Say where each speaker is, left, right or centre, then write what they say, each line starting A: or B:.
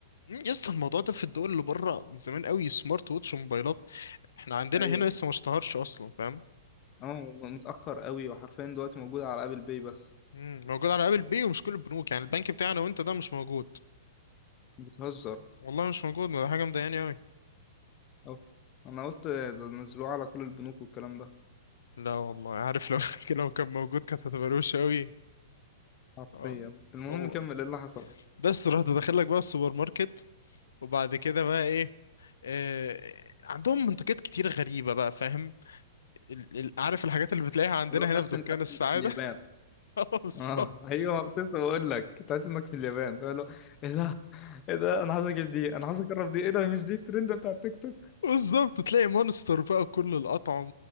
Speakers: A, on the left; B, on the left.
A: مم، يا اسطى الموضوع ده في الدول اللي بره من زمان قوي سمارت ووتش وموبايلات احنا عندنا
B: ايوه
A: هنا لسه ما اشتهرش اصلا فاهم
B: اه متأخر قوي وحرفيا دلوقتي موجود على ابل باي بس
A: مم، موجود على ابل بي ومش كل البنوك يعني البنك بتاعنا وانت ده مش موجود
B: بتهزر
A: والله مش موجود ما ده حاجه مضايقاني قوي
B: اه انا قلت ده نزلوه على كل البنوك والكلام ده
A: لا والله عارف لو <laughs> لو كان موجود كانت هتبقى روشه قوي
B: حرفيا
A: اه
B: المهم
A: والله
B: كمل ايه اللي حصل
A: بس رحت داخل لك بقى السوبر ماركت وبعد كده بقى ايه آه عندهم منتجات كتير غريبه بقى فاهم ال- ال- عارف الحاجات اللي بتلاقيها عندنا
B: اللي هو تحس
A: هنا في دكان
B: انت
A: السعاده
B: انت في اليابان
A: <laughs> اه بالظبط
B: اه ايوه كنت لسه بقول لك تحس انك في اليابان فاللي هو ايه ده ايه ده انا عايز اجيب دي انا عايز اجرب دي ايه ده مش دي الترند بتاع التيك توك
A: بالظبط تلاقي مونستر بقى كل الأطعم